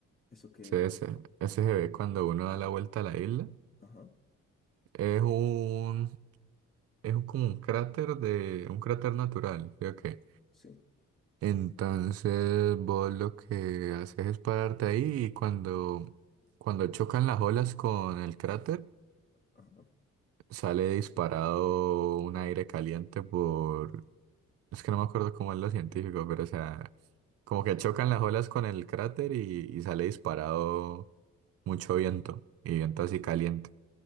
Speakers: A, on the left (about 25°); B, on the right (about 40°).
A: ¿Eso qué
B: sí, ese,
A: es?
B: ese se ve cuando uno da la vuelta a la isla.
A: Ajá,
B: Es un, es un- como un cráter de, un cráter natural, ¿sí o qué?
A: sí,
B: Entonces vos lo que haces es pararte ahí y cuando, cuando chocan las olas con el cráter,
A: ajá.
B: sale disparado un aire caliente por... Es que no me acuerdo cómo es lo científico, pero o sea, como que chocan las olas con el cráter y, y sale disparado mucho viento y viento así caliente.